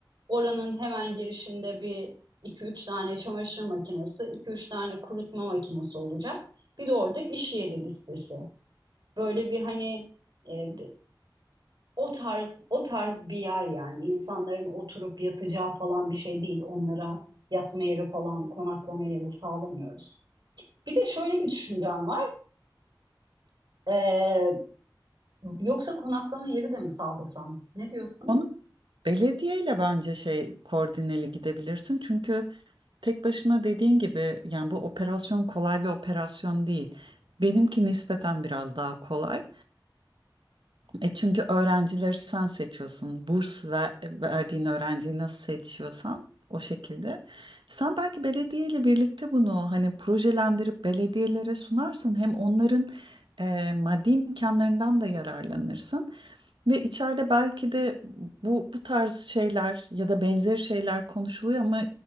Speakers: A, on the right; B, on the right.
A: Oranın hemen girişinde bir iki üç tane çamaşır makinesi, iki üç tane kurutma makinesi olacak. Bir de orada iş yeri listesi. Böyle bir hani e, o tarz o tarz bir yer yani insanların oturup yatacağı falan bir şey değil. Onlara yatma yeri falan, konaklama yeri sağlamıyoruz. Bir de şöyle bir düşüncem var. Ee, Yoksa konaklama yeri de mi sağlasam? Ne diyorsun?
B: Onu belediyeyle bence şey koordineli gidebilirsin. Çünkü Tek başına dediğin gibi yani bu operasyon kolay bir operasyon değil. Benimki nispeten biraz daha kolay. E çünkü öğrencileri sen seçiyorsun. Burs ver, verdiğin öğrenciyi nasıl seçiyorsan o şekilde. Sen belki belediyeyle birlikte bunu hani projelendirip belediyelere sunarsın. Hem onların e, maddi imkanlarından da yararlanırsın. Ve içeride belki de bu bu tarz şeyler ya da benzeri şeyler konuşuluyor ama